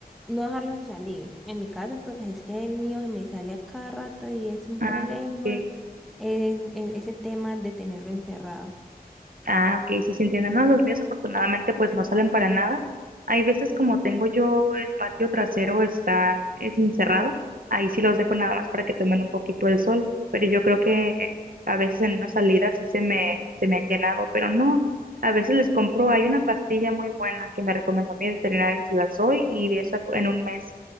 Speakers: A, in the centre; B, on the right.
A: no dejarlo salir. En mi caso, pues es que el mío se me sale a cada rato y es un
B: ah,
A: problema,
B: ok.
A: el- el- ese tema de tenerlo encerrado.
B: Ah, ok, sí se entienden No, los míos afortunadamente pues no salen para nada. Hay veces como tengo yo el patio trasero está es encerrado, ahí sí los dejo nada más para que tomen un poquito el sol, pero yo creo que a veces en una salida sí se me, se me han llenado, pero no, a veces les compro, hay una pastilla muy buena que me recomendó mi veterinario y se las doy y de eso en un mes